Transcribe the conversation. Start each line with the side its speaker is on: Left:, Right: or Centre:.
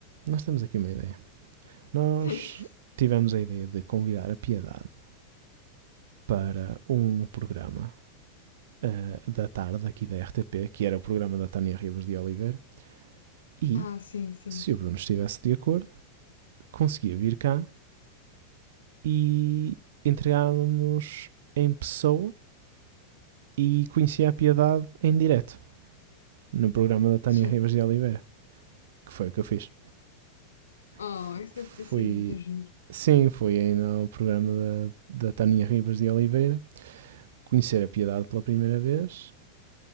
Right: nós temos aqui uma ideia. Nós
Left: <laughs>
Right: tivemos a ideia de convidar a Piedade para um programa uh, da tarde aqui da RTP, que era o programa da Tânia Ribas de Oliveira, e
Left: Ah, sim, sim.
Right: se o Bruno estivesse de acordo, conseguia vir cá e entregávamos em pessoa e conhecia a piedade em direto no programa da Tânia
Left: Sim.
Right: Ribas de Oliveira, que foi o que eu fiz.
Left: Oh,
Right: F
Left: isso deve ter sido
Right: fui.
Left: muito giro.
Right: Sim, foi ainda ao programa da, da Tânia Ribas de Oliveira conhecer a piedade pela primeira vez